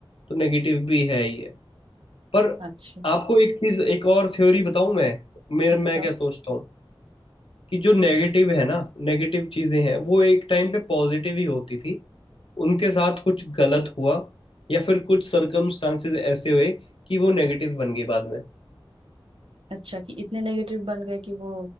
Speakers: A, on the left; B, on the right.
A: तो नेगेटिव भी है ही है पर
B: अच्छा
A: आपको एक चीज एक और थ्योरी बताऊं मैं मेरे
B: बताओ
A: मैं क्या सोचता हूँ कि जो नेगेटिव है ना नेगेटिव चीजें हैं वो एक टाइम पे पॉजिटिव ही होती थी उनके साथ कुछ गलत हुआ या फिर कुछ सर्कमस्टांसेस ऐसे हुए कि वो नेगेटिव बन गई बाद में
B: अच्छा कि इतने नेगेटिव बन गए कि वो